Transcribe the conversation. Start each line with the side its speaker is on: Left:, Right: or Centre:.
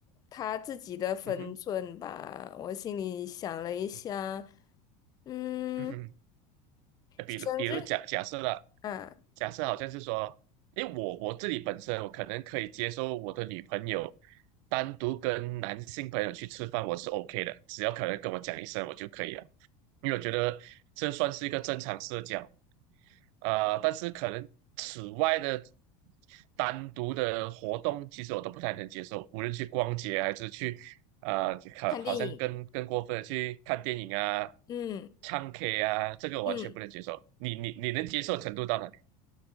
Left: 她自己的分寸吧。
Right: 嗯哼，
Left: 我心里想了一下，
Right: 嗯
Left: 嗯，
Right: 嗯哼。呃比如比如假假设了，
Left: 生日啊，
Right: 假设好像是说，因为我我自己本身我可能可以接受我的女朋友单独跟男性朋友去吃饭，我是 OK 的，只要可能跟我讲一声我就可以了，因为我觉得这算是一个正常社交。呃，但是可能此外的单独的活动，其实我都不太能接受，无论去逛街还是去，呃，好，
Left: 看电影，
Right: 好像更更过分的去看电影啊、
Left: 嗯
Right: 唱 K 啊，这个我完全不能接受。
Left: 嗯。
Right: 你你你能接受程度到哪里？